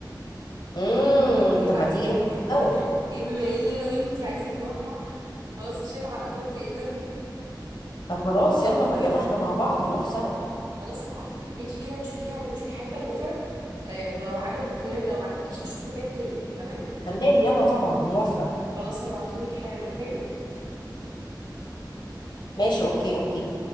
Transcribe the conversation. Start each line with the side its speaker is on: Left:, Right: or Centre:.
Left: امم
Right: ايه
Left: طب
Right: بقى
Left: ما تيجي
Right: ايه
Left: نروح سوا
Right: <laughs> ايه بما اني انا وانتي عايزين نروحها وخلاص الشيت على الابواب في ايه الدنيا
Left: طب خلاص يلا بقى يلا احنا مع بعض نروح سوا
Right: خلاص هبعت لك البيج كده تشوفيها وتشوفي حتى الاوفر آه ولو عجبك تمام ولو ما عجبكيش نشوف مكان تاني تمام
Left: تمام يلا طبعا موافقة
Right: خلاص هبعتهولك حالا اوكي
Left: ماشي اوكي اوكي